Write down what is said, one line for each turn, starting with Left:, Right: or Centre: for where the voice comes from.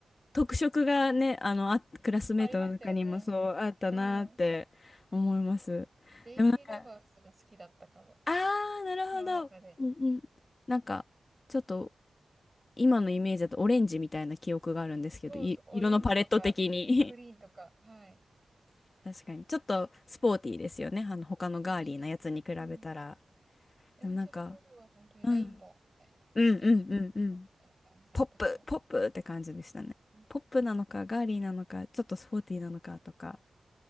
Left: 特色がねあのあクラスメートの中にもそうあったなーって思います。
Right: ありましたよね。うん。デイジーラバースが好きだったかも。
Left: でもなんか
Right: こ
Left: あーなるほど。
Right: の中で。
Left: うんうん。なんかちょっと今のイメージだとオレンジみたいな記憶があるんですけど、
Right: そうそう、
Left: い色のパレット的に
Right: オレンジとか、グリーンとか、はい。
Left: <laughs> 確かに。ちょっとスポーティーですよね。あの、他のガーリーなやつに比べたら。
Right: ポーティーでした。うん。エンジェルブルーは本当にレインボーみたいな、
Left: でもなんか、うん、うんうんうんうん。
Right: 現象みたいな感じだったけど。
Left: ポップ、ポップって感じでしたね。
Right: うん。
Left: ポップなのか、ガーリーなのか、ちょっとスポーティーなのかとか、